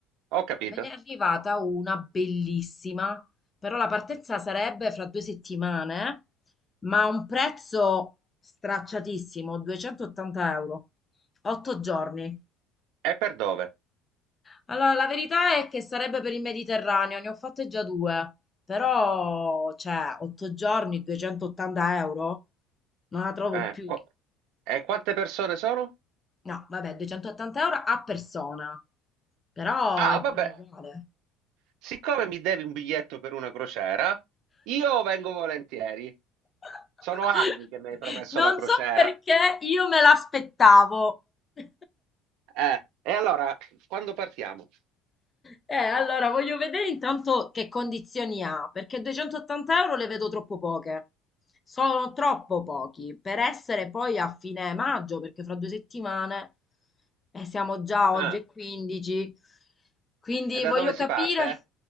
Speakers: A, on the right; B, on the left.
A: Ho capito.
B: Me ne è arrivata una bellissima, però la partenza sarebbe fra due settimane. Ma a un prezzo stracciatissimo, 280 euro, 8 giorni.
A: E per dove?
B: Allora, la verità è che sarebbe per il Mediterraneo, ne ho fatte già due, però, cioè, 8 giorni, 280 euro, non la trovo
A: Eh,
B: più.
A: qua- E quante persone sono?
B: No, vabbè, 280 euro a persona, però
A: Ah,
B: è buona
A: vabbè,
B: uguale.
A: siccome mi devi un biglietto per una crociera, io vengo volentieri.
B: <laughs>
A: Sono anni che mi hai promesso
B: Non
A: la crociera.
B: so perché io me l'aspettavo. <laughs>
A: Eh, e allora, quando partiamo?
B: Eh, allora voglio vedere intanto che condizioni ha, perché 280 euro le vedo troppo poche. Sono troppo pochi per essere poi a fine maggio, perché fra due settimane eh, siamo già
A: Ah,
B: oggi è 15. Quindi
A: e da
B: voglio
A: dove
B: capire.
A: si parte?